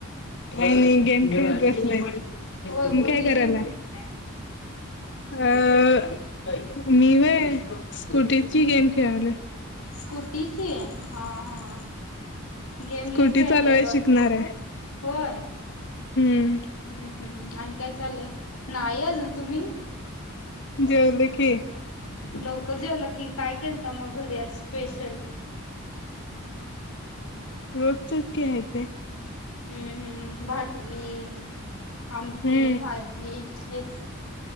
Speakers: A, on the left (about 55°); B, on the left (about 80°).
A: मी गेम खेळतेय. <unintelligible>
B: होय कुठली
A: काय करायला?
B: गेम खेळताय?
A: अ -मी व्हय स्कुटीची गेम- खेळायले.
B: स्कूट- तीची? हा हा गेम
A: स्कूटी
B: लई खेळते
A: चालवाय
B: बघ-
A: शिकणार आहे
B: होय.
A: हम्म
B: हम्म हम्म आणि काय चालल? य नाही अजून तुम्ही?
A: जेवले की.
B: लवकर जेवला की, काय केलता मग घरी आज स्पेशल?
A: रोजचीच की हाय ते.
B: हम्म हम्म भाकरी- आमटी
A: हम्म
B: भाजी. हेच.